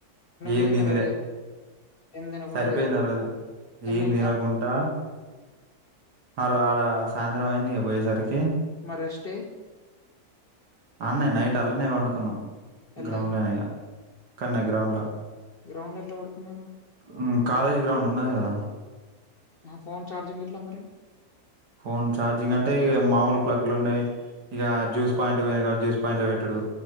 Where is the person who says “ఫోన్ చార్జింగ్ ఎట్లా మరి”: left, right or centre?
Left